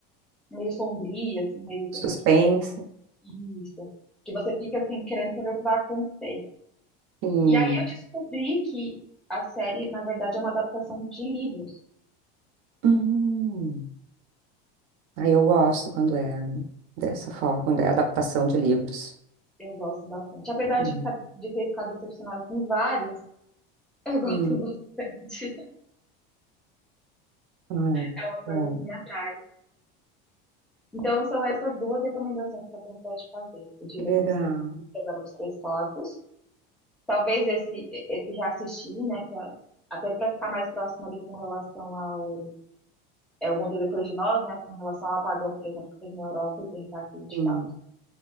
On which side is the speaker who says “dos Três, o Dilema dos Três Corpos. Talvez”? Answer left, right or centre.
Centre